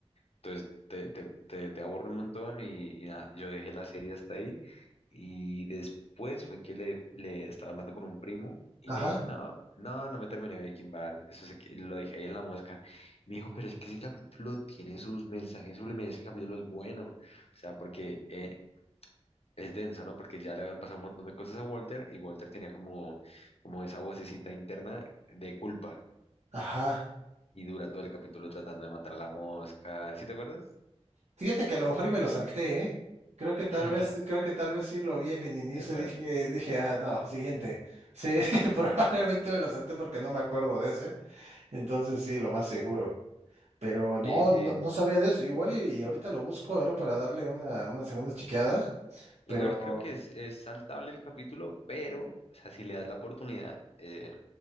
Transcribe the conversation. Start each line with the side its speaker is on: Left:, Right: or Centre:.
Left: Entonces te, te, te, te aburre un montón y, y nada, yo dejé la serie hasta ahí y después fue que le, le estaba hablando con un primo y
Right: Ajá.
Left: le dije, no, no, no me terminé Breaking Bad, eso se que- lo dejé ahí en la mosca. Y me dijo, pero es que ese capítulo tiene sus mensajes subliminales, ese capítulo es bueno, o sea, porque eh, es denso, ¿no? Porque ya le habían pasado un montón de cosas a Walter y Walter tenía como, como esa vocecita interna de culpa.
Right: Ajá.
Left: Y dura todo el capítulo tratando de matar a la mosca. ¿Sí te acuerdas?
Right: Fíjate que a lo mejor y me lo salté, ¿eh? Creo que tal
Left: <laughs>
Right: vez, creo que tal vez sí lo vi en el inicio
Left: De verdad.
Right: y dije, dije, ah, no, siguiente. Sí, <laughs> probablemente me lo salté porque no me acuerdo de ese. Entonces sí, lo más seguro. Pero no,
Left: Sí, sí.
Right: no, no sabía de eso. Igual y, y ahorita lo busco, era para darle una, una segunda chequeada.
Left: Igual
Right: Pero
Left: creo que es, es saltable el capítulo, pero, o sea, si le das la oportunidad, eh,